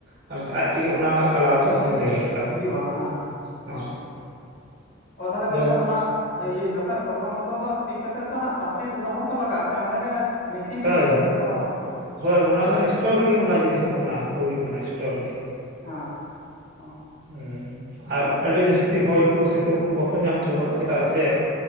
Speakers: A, on the right; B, on the left.
A: ᱛᱟᱭᱚᱢᱛᱮ ᱟᱡ ᱛᱮᱜᱮ ᱚᱱᱟ ᱨᱮᱱᱟᱜ ᱠᱟᱞᱟᱨ ᱫᱚ ᱦᱮᱸᱫᱮ ᱜᱮᱨ
B: ᱦᱤᱡᱩᱜ-ᱟ ᱦᱮᱸ ᱦᱮᱸ
A: ᱦᱳᱭ
B: ᱚ ᱚ ᱛᱟᱦᱚᱞᱮ ᱜᱚᱝᱠᱮ
A: ᱡᱮᱞᱮᱠᱟ
B: ᱚᱱᱟ ᱤᱭᱟᱹ ᱡᱚᱠᱷᱚᱡ ᱯᱨᱚᱛᱷᱚᱢᱚᱛᱚ ᱫᱚ ᱥᱤᱫ ᱠᱟᱛᱮᱫ ᱛᱚ ᱦᱟᱸᱜ ᱛᱟᱥᱮᱫ ᱨᱚᱦᱚᱲ ᱛᱚ ᱞᱟᱜᱟᱜ-ᱟ ᱥᱮ ᱚᱸᱰᱮ ᱜᱮ ᱢᱮᱥᱤᱱ
A: ᱦᱳᱭ
B: ᱛᱮᱜᱮ ᱡᱷᱚᱛᱚ ᱨᱚᱦᱚᱲᱚᱜ ᱠᱟᱱᱟ?
A: ᱦᱳᱭ ᱚᱱᱟ ᱚᱱᱟ ᱥᱴᱳᱨ ᱨᱮᱜᱮ ᱚᱱᱟ ᱡᱤᱱᱤᱥ ᱫᱚ ᱚᱱᱟ ᱦᱩᱭ ᱠᱟᱱᱟ ᱥᱴᱳᱨ ᱨᱮᱜᱮ
B: ᱦᱮᱸ ᱚ᱾
A: ᱦᱮᱺᱻ ᱟᱨ ᱟᱹᱰᱤ ᱡᱟᱹᱥᱛᱤ ᱦᱚᱭ ᱠᱚ ᱥᱤᱛᱩᱳᱝ ᱠᱚ ᱵᱟᱠᱚ ᱧᱟᱢ ᱪᱚᱣᱟᱜᱼᱟ ᱪᱮᱫᱟᱜ ᱥᱮ?